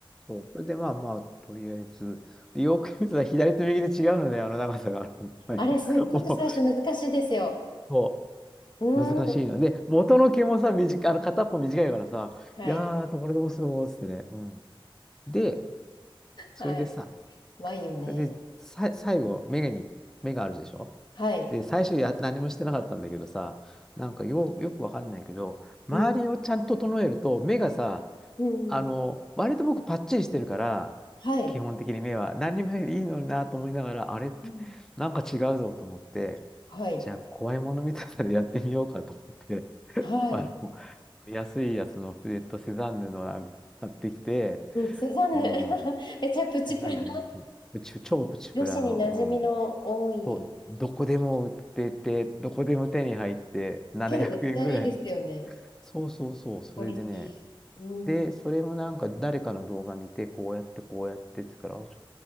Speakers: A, in the centre; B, on the left (about 55°).
A: そう。それで、まあまあ、とりあえず。で、よく見ると左と右で違うので、あの長さが。<laughs>
B: あれ、すっごく最初難しいですよ。
A: もう、も
B: うーん。
A: う難しいの。で、元の毛もさ、短い、あの、片っぽ短いからさ、
B: はい。
A: いやー、どれどうするのつってね。うん。で、それでさ、
B: はい。眉ね。
A: それで、さ、最後、目がに、目があるでしょ
B: はい。
A: で、最初や、何もしてなかったんだけどさ、なんかよ、よくわかんないけど、周りをちゃんと整えると、
B: うん。
A: 目がさ、
B: うん。
A: あの、割と僕パッチリしてるから、
B: はい。
A: 基本的に目は、何にもしなくていいのになと思いながら、あれって、
B: うん。
A: なんか違うぞと思って、
B: はい。
A: じゃあ、怖いもの見たさでやってみようかと思って。
B: はい。
A: <laughs> あの、<laughs> 安いやつのフレットセザンヌのなんか買ってきて、
B: うん、セザンヌ。
A: うん、
B: <laughs> めちゃプチプラ。
A: セザンヌ安い。プチ超プチプラの、
B: 女子に馴染みの多い。
A: うん。そう、どこでも売ってて、どこでも手に入って、700円ぐらい。
B: けどめっちゃいいですよね。
A: <laughs> そうそうそう、それでね。
B: クオリティ。うん。
A: で、それもなんか誰かの動画見て、こうやって、こうやってってから、あ、ちょ